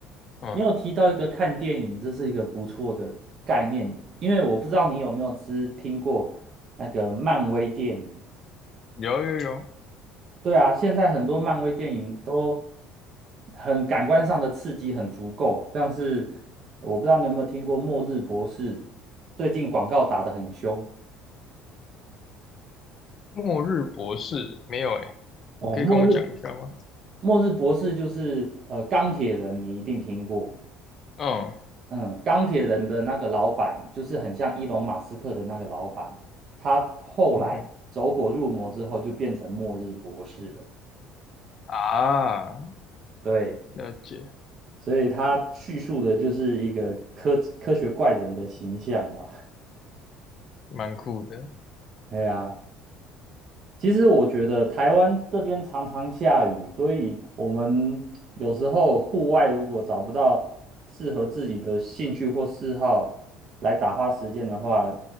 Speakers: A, on the left; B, on the right.
A: 嗯，
B: 你有提到一个看电影，这是一个不错的概念，因为我不知道你有没有知听过那个漫威电影。
A: 有有有，
B: 对啊，现在很多漫威电影都很感官上的刺激很足够，像是我不知道你有没有听过《末日博士》，最近广告打得很凶
A: 末日博士没有诶，
B: 哦，
A: 你可以跟我讲一下吗？
B: 《末日末日博士》就是呃钢铁人，你一定听过。
A: 嗯
B: 嗯，钢铁人的那个老板就是很像伊隆马斯克的那个老板，他后来走火入魔之后就变成末日博士了。
A: 嗯哼啊，
B: 对，
A: 了解，
B: 所以他叙述的就是一个科科学怪人的形象吧。
A: 蛮酷的。
B: 哎呀，其实我觉得台湾这边常常下雨，所以我们有时候户外如果找不到适合自己的兴趣或嗜好来打发时间的话，